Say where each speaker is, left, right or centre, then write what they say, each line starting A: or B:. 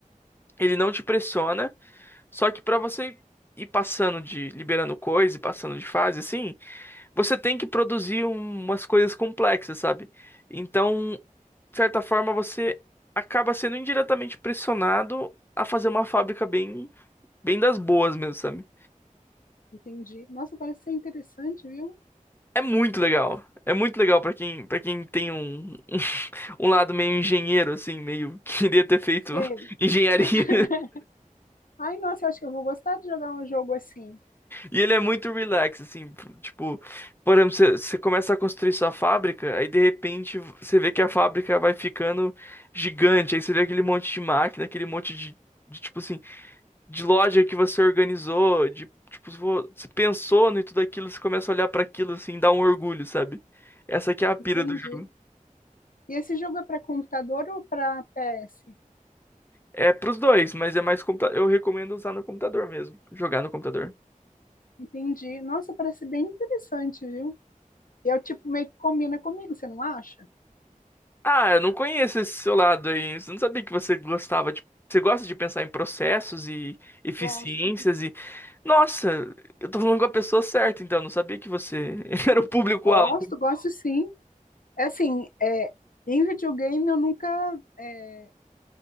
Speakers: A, on the left; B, on the left.
A: ele não te pressiona, só que pra você ir passando de, liberando coisa e passando de fase, assim, você tem que produzir um, umas coisas complexas, sabe? Então, de certa forma, você acaba sendo indiretamente pressionado a fazer uma fábrica bem, bem das boas mesmo, sabe?
B: Entendi. Nossa, parece ser interessante, viu?
A: É muito legal. É muito legal pra quem, para quem tem um, <laughs> um lado meio engenheiro, assim, meio <laughs> queria ter feito
B: Sei.
A: <laughs> engenharia.
B: <laughs> Ai, nossa, eu acho que eu vou gostar de jogar um jogo assim.
A: E ele é muito relax, assim, tipo, por exemplo, você você começa a construir sua fábrica, aí de repente você vê que a fábrica vai ficando gigante, aí você vê aquele monte de máquina, aquele monte de, de, tipo assim, de loja que você organizou, de, tipo, vo- você pensou em tudo aquilo, você começa a olhar pra aquilo, assim, dá um orgulho, sabe? Essa aqui é a pira
B: Entendi.
A: do jogo.
B: E esse jogo é para computador ou para PS?
A: É pros dois, mas é mais computa... eu recomendo usar no computador mesmo, jogar no computador.
B: Entendi. Nossa, parece bem interessante, viu? E é o tipo meio que combina comigo, você não acha?
A: Ah, eu não conheço esse seu lado aí. Eu não sabia que você gostava de. Você gosta de pensar em processos e eficiências
B: Gosto.
A: e. Nossa, eu tô falando com a pessoa certa, então. Não sabia que você <laughs> era o público-alvo.
B: Gosto, gosto sim. É assim, é, em videogame eu nunca é,